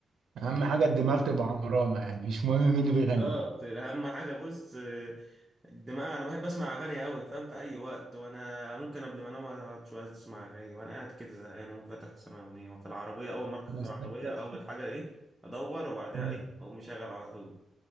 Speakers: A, on the right; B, in the centre.
A: اهم حاجه الدماغ تبقى عمرانه يعني مش مهم مين اللي بيغني
B: بالظبط اهم حاجه بص آه، الدماغ انا بحب اسمع اغاني قوي فاهم في اي وقت وانا ممكن قبل ما انام اقعد شويه اسمع اغاني وانا قاعد كده زهقان وفاتح سماع اغنيه وفي العربيه اول ما اركب
A: بس
B: في العربيه
A: طب طب
B: اول حاجه ايه ادور وبعدها
A: مم.
B: ايه اقوم مشغل على طول